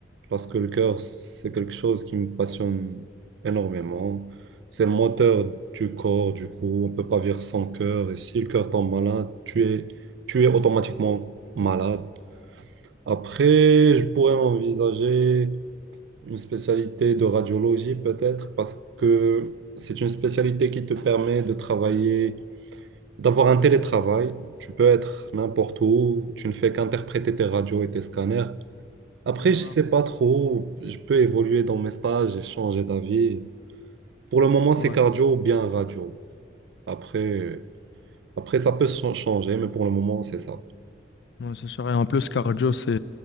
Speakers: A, on the right; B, on the left.
A: parce que le cœur, c'est quelque chose qui me passionne énormément. C'est le moteur du corps, du coup, on ne peut pas vivre sans cœur. Et si le cœur tombe malade, tu es, tu es automatiquement malade. Après, je pourrais envisager une spécialité de radiologie peut-être, parce que c'est une spécialité qui te permet de travailler, d'avoir un télétravail. Tu peux être n'importe où, tu ne fais qu'interpréter tes radios et tes scanners. Après,
B: Ah,
A: je sais pas trop, je peux évoluer dans mes stages et changer d'avis. Pour le moment, c'est
B: ouais,
A: cardio
B: c'est
A: ou bien radio. Après, après ça peut ch- changer, mais pour le moment, c'est ça.
B: ouais, c'est sûr. Et en plus, cardio, c'est